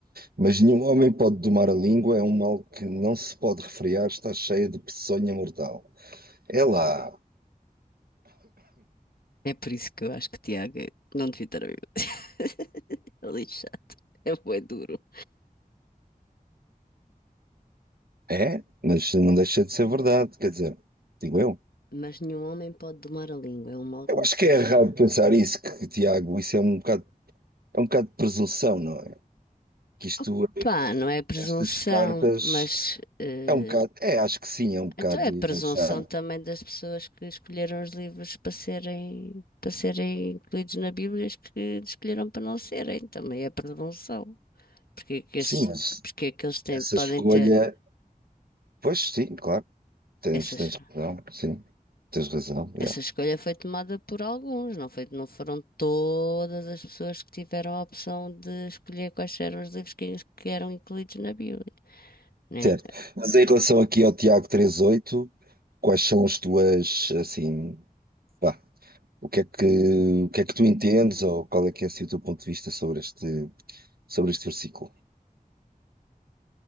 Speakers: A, on the right; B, on the left.
A: Mas nenhum homem pode domar a língua, é um mal que não se pode refrear, está cheia de peçonha mortal. É lá.
B: É por isso que eu acho que Tiago é- não devia estar a viver. <laughs> É lixado. É bué duro.
A: É? Mas não deixa de ser verdade, quer dizer, digo eu.
B: Mas nenhum homem pode domar a língua, é um mal que
A: Eu
B: não
A: acho
B: se
A: que
B: pode
A: é errado
B: sofrer.
A: pensar isso, que, que, Tiago, isso é um bocado, é um bocado de presunção, não é? Que isto,
B: Opa,
A: eh,
B: não é presunção,
A: estas cartas,
B: mas eh,
A: é um bocado, é, acho que sim, é um bocado
B: Então é a presunção
A: de achar.
B: também das pessoas que escolheram os livros para serem, para serem incluídos na Bíblia, os que escolheram para não serem, também é presunção. Porque é que esses,
A: Sim, mas
B: porque é que eles têm,
A: Essa
B: podem
A: escolha,
B: ter
A: pois sim, claro, tens,
B: essas,
A: tens razão, sim, tens razão,
B: essa
A: yeah.
B: escolha foi tomada por alguns, não foi, não foram todas as pessoas que tiveram a opção de escolher quais eram os livros que, que eram incluídos na Bíblia, né?
A: Certo. Mas em relação aqui ao Tiago 38, quais são as tuas, assim, pá, o que é que, o que é que tu entendes ou qual é que é assim, o teu ponto de vista sobre este, sobre este versículo?